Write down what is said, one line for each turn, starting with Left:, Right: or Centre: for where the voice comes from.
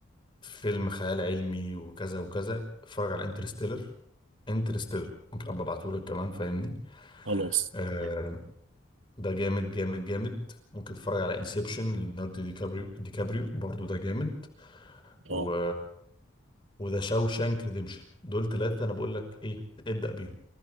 Left: فيلم خيال علمي وكذا وكذا اتفرج على انترستيلر انترستيلر ممكن ابقى ابعته لك كمان فاهمني
Right: خلاص
Left: آه
Right: يعني
Left: ده جامد جامد جامد ممكن تتفرج على انسبشن ليوناردو دي كابريو دي كابريو برضو ده جامد و
Right: اه
Left: وده شاوشانك ريديمشن دول ثلاثة انا بقول لك ايه ابدأ بيهم